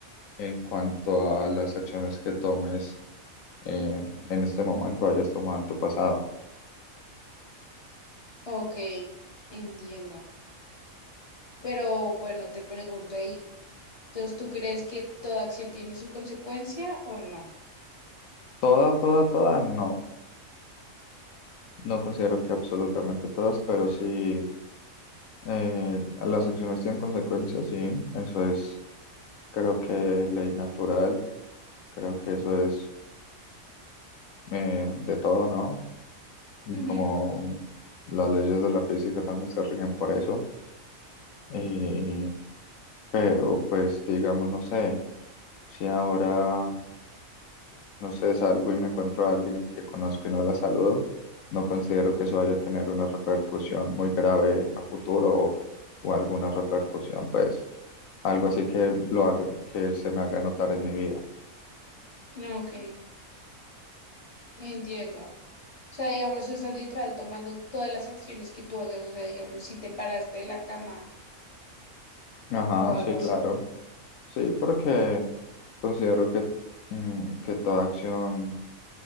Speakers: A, on the left; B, on the left.
A: en cuanto a las acciones que tomes eh, en este momento hayas tomado en tu pasado.
B: ok, entiendo. Pero bueno, te pregunto ahí, entonces, ¿tú crees que toda acción tiene su consecuencia o no?
A: Toda, toda, toda, no. No considero que absolutamente todas, pero sí eh, las acciones tienen consecuencias, sí. Eso es, creo que ley natural, creo que eso es eh, de todo, ¿no? Y
B: Ujú,
A: como las leyes de la física también se rigen por eso. Y, pero pues digamos, no sé, si ahora No sé, salgo y me encuentro a alguien que conozco y no la saludo. No considero que eso vaya a tener una repercusión muy grave a futuro o, o alguna repercusión, pues algo así que lo haga, que se me haga notar en mi vida.
B: No, ok, entiendo. O sea, digamos, tú estás literal tomando todas las acciones que tú hagas, o sea, digamos, si te paraste de la cama
A: Ajá,
B: o algo
A: sí,
B: así.
A: claro. Sí, porque considero que, mm, que toda acción